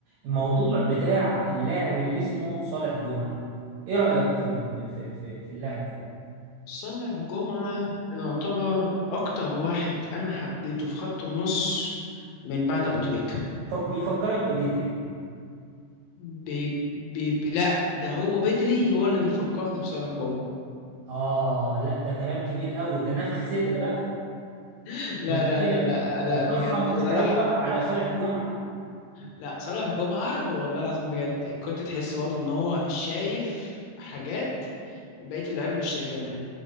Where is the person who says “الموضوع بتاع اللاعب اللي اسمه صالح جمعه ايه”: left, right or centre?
Right